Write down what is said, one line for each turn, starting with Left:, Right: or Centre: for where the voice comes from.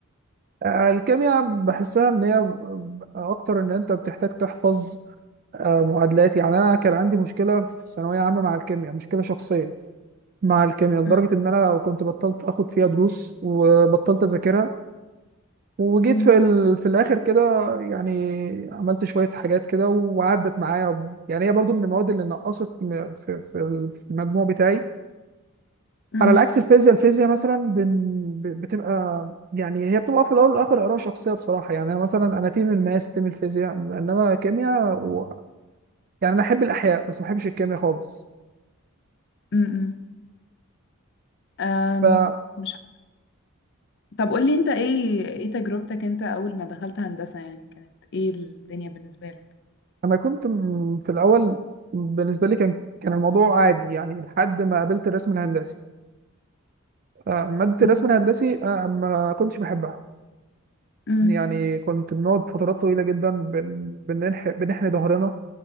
Right: آه، الكيمياء بحسها ان هي اكتر ان انت بتحتاج تحفظ آه، معادلات يعني انا كان عندي مشكله في ثانويه عامه مع الكيمياء مشكله شخصيه مع الكيمياء لدرجه
Left: مم.
Right: ان انا كنت بطلت اخد فيها دروس وبطلت اذاكرها وجيت
Left: مم.
Right: في ال... في الاخر كده يعني عملت شويه حاجات كده وعدت معايا يعني هي برضو من المواد اللي نقصت م- في في المجموع بتاعي
Left: مم.
Right: على العكس الفيزياء الفيزياء مثلا بن... ب- بتبقى يعني هي بتبقى في الاول والاخر اراء شخصيه بصراحه يعني انا مثلا انا تيم الماس تيم الفيزياء انما كيمياء و... يعني انا احب الاحياء بس ما احبش الكيمياء خالص
Left: مم. أم،
Right: فانا
Left: مش عارفة. طب قول لي انت ايه ايه تجربتك انت اول ما دخلت هندسة يعني كانت ايه الدنيا بالنسبة لك
Right: كنت م- في الاول بالنسبه لي كان كان الموضوع عادي يعني لحد ما قابلت الرسم الهندسي آه، ماده
Left: مم.
Right: الرسم الهندسي آه، ما كنتش بحبها
Left: مم.
Right: يعني كنت بنقعد فترات طويله جدا بن... بننح... بنحني ظهرنا